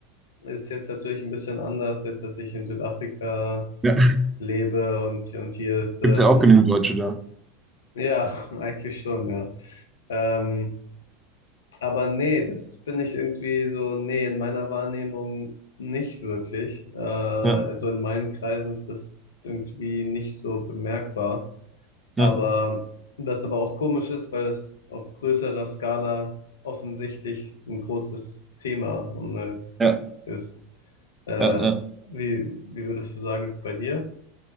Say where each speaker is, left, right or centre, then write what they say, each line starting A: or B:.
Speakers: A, on the left (about 80°); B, on the right (about 15°).
A: ist jetzt natürlich ein bisschen anders, jetzt, dass ich in Südafrika
B: Ja.
A: lebe und, und hier ist, ähm,
B: Gibt es ja auch genügend Deutsche da.
A: ja, <laughs> eigentlich schon, ja. Ähm, aber nee, das finde ich irgendwie so, nee, in meiner Wahrnehmung nicht wirklich. Äh, also
B: Ja,
A: in meinen Kreisen ist das irgendwie nicht so bemerkbar. Aber
B: ja,
A: das aber auch komisch ist, weil das auf größerer Skala offensichtlich ein großes Thema und, äh,
B: ja,
A: ist. Äh,
B: ja, ja.
A: wie, wie würdest du sagen, ist bei dir?